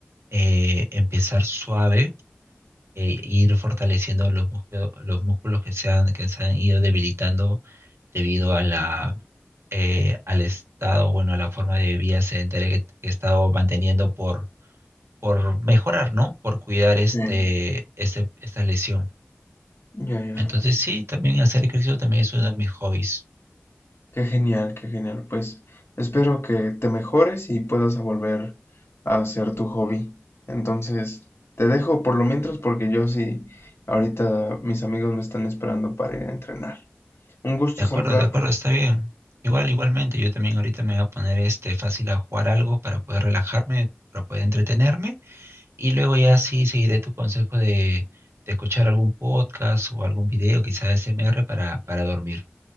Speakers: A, on the right; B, on the left.
A: eh, empezar suave eh, ir fortaleciendo los músculos, los músculos que se han, que se han ido debilitando debido a la, eh, al estado, bueno, a la forma de vida sedentaria que, que he estado manteniendo por, por mejorar, ¿no? Por cuidar
B: Sí.
A: este, este, esta lesión.
B: ya, ya.
A: Entonces, sí, también hacer ejercicio también es uno de mis hobbies.
B: Qué genial, qué genial. Pues espero que te mejores y puedas volver a hacer tu hobby. Entonces, te dejo por lo mientras porque yo sí, ahorita mis amigos me están esperando para ir a entrenar. Un gusto
A: De
B: saludarte.
A: acuerdo, de acuerdo, está bien. Igual, igualmente, yo también ahorita me voy a poner este fácil a jugar algo para poder relajarme, para poder entretenerme. Y luego ya sí seguiré tu consejo de, de escuchar algún podcast o algún video, quizás S M R para, para dormir.